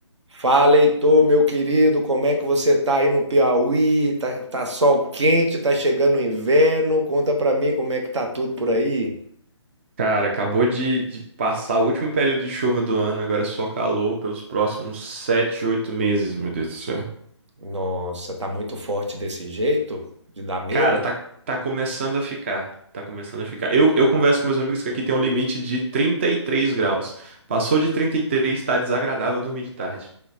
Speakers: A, on the right (about 70°); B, on the right (about 25°).
A: Fala, Heitor, meu querido, como é que você tá aí no Piauí? Tá, tá sol quente, tá chegando o inverno. Conta pra mim como é que tá tudo por aí.
B: Cara, acabou de, de passar o último período de chuva do ano, agora é só calor pelos próximos sete, oito meses, meu Deus do céu.
A: Nossa, tá muito forte desse jeito? De dar medo?
B: Cara, tá, tá começando a ficar. Tá começando a ficar. Eu, eu converso com meus amigos que aqui tem um limite de 33 graus. Passou de 33, tá desagradável dormir de tarde.